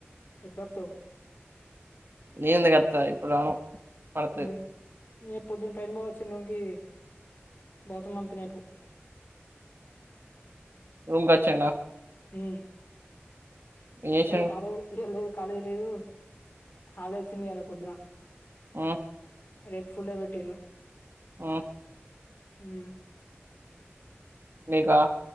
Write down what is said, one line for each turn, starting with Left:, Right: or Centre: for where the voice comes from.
Left: ఎప్పుడొస్తావ్
Right: నీంత కత ఇప్పుడున పడత
Left: మరి నీ పొద్దున్న పైన బావ వచ్చిన లుంగీ భౌతం పంపినయిపో అ
Right: రూంకు అచ్చిండా
Left: హు
Right: ఏం చేసాడు
Left: ఇయాల కాలే ఇయాల కాలేజ్ లేదు హాలిడే వచింది పొద్దునా
Right: ఓ
Left: రేపు ఫుల్ డే
Right: ఓ
Left: ఉ
Right: మీకా